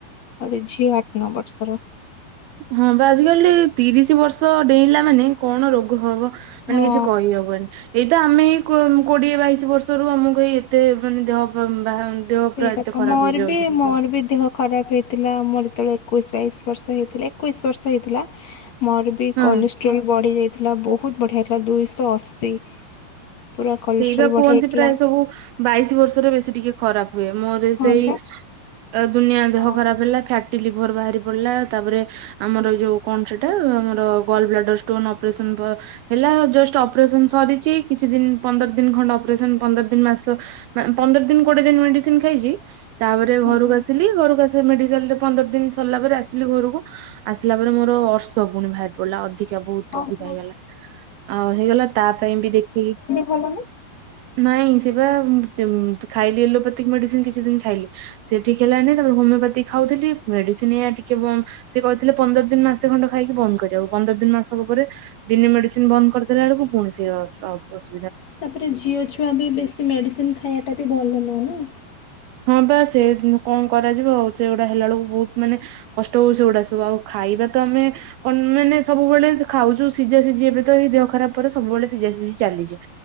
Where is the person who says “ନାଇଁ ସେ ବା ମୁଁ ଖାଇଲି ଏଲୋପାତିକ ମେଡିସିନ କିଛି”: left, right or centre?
Right